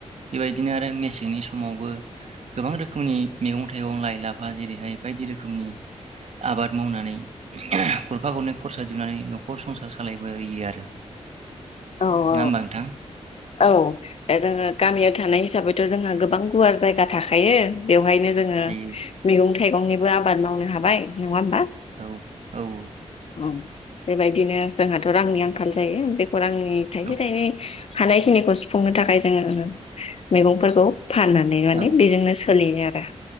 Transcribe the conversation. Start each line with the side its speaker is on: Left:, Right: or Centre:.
Right: बेबायदिनो आरो मेसेंनि समावबो गोबां रोखोमनि मैगं थाइगं लाइ लाफा जेरैहाय बायदि रोखोमनि आबाद मावनानै गरफा गरनै खरसा दिहुननानै न'खर संसार सालायबोयो आरो।
Left: औ औ
Right: नङा होमबा नोंथां
Left: औ दा जोङो गामियाव थानाय हिसाबैथ' जोंहा गोबां गुवार जायगा थाखायो बेयाव बेवहायनो जोंङो
Right: हायो
Left: मैगं थाइगंनिबो आबाद मावनो हाबाय नङा होमबा?
Right: औ औ औ।
Left: औ बेबायदिनो जोंहाथ रांनि आंखाल जायो बे खौरांनि थाइसे
Right: औ
Left: थाइनै हानायखिनिखौ सुफुंनो थाखाय जोङो मैगंफोरखौ फाननानै माने
Right: औ
Left: बेजोंनो सोलियो आरो